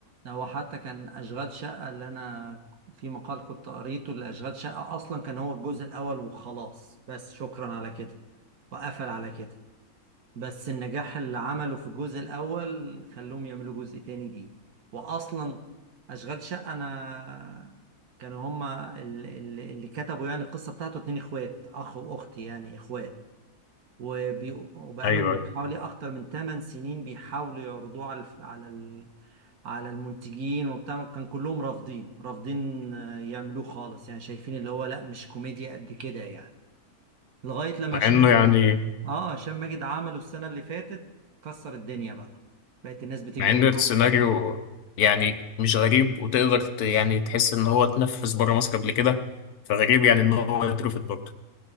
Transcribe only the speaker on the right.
هو حتى كان اشغال شقه اللي انا في مقال كنت قريته لاشغال شقه اصلا كان هو الجزء الاول وخلاص بس شكرا على كده وقفل على كده بس النجاح اللي عمله في الجزء الاول خلوهم يعملوا جزء تاني دي واصلا اشغال شقه انا كانوا هما ال- ال- اللي كتبوا يعني القصه بتاعته اتنين اخوات اخ واخت يعني اخوات وبي... وبقالهم
حوالي اكتر من 8 سنين بيحاولوا يعرضوه على الف... على ال... على المنتجين وبتاع كان كلهم رافضين رافضين آه، يعملوه خالص يعني شايفين اللي هو لا مش كوميديا قد كده يعني لغاية لما
هشام
ماجد
اه آه، هشام ماجد عمله السنة اللي فاتت كسر الدنيا بقى بقت الناس بتجري
وراه